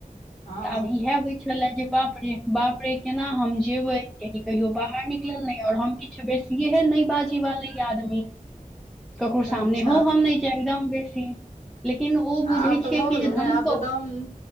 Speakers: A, on the left (about 60°); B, in the centre.
A: ह
B: आब इएहे होय छले जे बाप रे बाप रे केना हम जेबे क्या कहियो बाहर निकलल नै य हम किछु बेसिये है न बाजी वाला आदमी ककरो सामने
A: अच्छा
B: हो हम नहि एकदम बेसी लेकिन ओ बुझैत
A: आब तऽ
B: छियै
A: भऽ
B: कि
A: गेलौ
B: जे धनो
A: ने आब तऽ दम